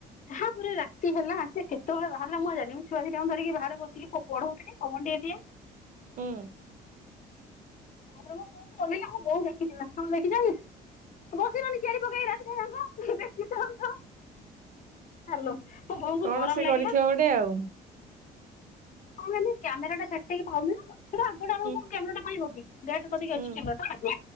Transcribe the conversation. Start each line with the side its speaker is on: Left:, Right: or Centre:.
Left: ତାହାପରେ ରାତି ହେଲା ସେ କେ ତୋବେଳେ ବାହାରିଲ ମୁଁ ଜଣିନି ଛୁଆ ଦିଠାଙ୍କୁ ଧରିକି ବାରେ ବସିକି ପଢଉଥିଲି ପାବନ ଟି ଟିଏ।
Right: ହୁଁ।
Left: ତାପରେ ମୁ କହୁି ଅଲିଲା ମୁଁ ବୋଉ ଦେଖିଥିଲା ତଣ ଦେଖିଛି <inaudible> ବସ ଚ ପକେଇଖ <unintelligible> ହ୍ୟାଲୋ ମୋ ବୋଉଙ୍କୁ
Right: କଣ
Left: ଗରମ
Right: ସେ
Left: ଲାଗିଲା।
Right: କରିଥିବ ଗୋଟେ ଆଉ
Left: କ କ୍ୟାମେରା ଟା ସେଠକି ପାଉନି ପଛ ଆଗଟା ଆକୁ
Right: ହୁଁ
Left: କଣ କ୍ୟାମେରାଟା ପାଇବ କି?
Right: ହୁଁ
Left: ଅଛି୍ୟାମୋ